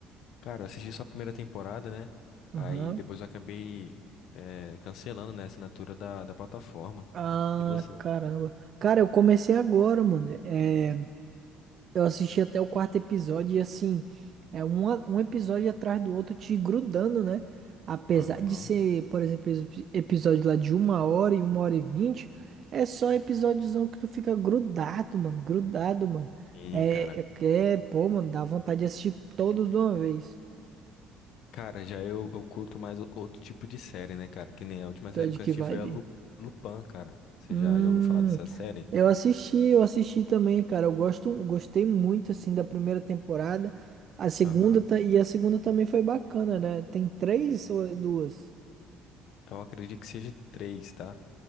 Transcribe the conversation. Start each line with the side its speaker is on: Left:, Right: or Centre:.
Left: Cara, eu assisti só a primeira temporada, né?
Right: Aham.
Left: Aí depois eu acabei eh, cancelando, né, a assinatura da, da plataforma.
Right: Ah,
Left: E você?
Right: caramba. Cara, eu comecei agora, mano. É. Eu assisti até o quarto episódio e assim, é uma, um episódio atrás do outro te grudando, né? Apesar
Left: Aham.
Right: de ser, por exemplo, epi- episódio lá de uma hora e uma hora e vinte, é só episódiozão que tu fica grudado, mano, grudado, mano.
Left: Sim,
Right: É,
Left: cara.
Right: é, que- é, pô, mano, dá vontade de assistir todos de uma vez.
Left: Cara, já eu, eu curto mais o- outro tipo de série, né, cara? Que nem a última série
Right: Tu é de
Left: que
Right: que
Left: eu assisti
Right: vibe?
Left: foi a Lu, Lupin, cara. Você
Right: Hum,
Left: já, já ouviu falar dessa série?
Right: eu assisti, eu assisti também, cara. Eu gosto, gostei muito assim da primeira temporada. A segunda
Left: Aham.
Right: ta- e a segunda também foi bacana, né? Tem três ou é duas?
Left: Eu acredito que seja três, tá?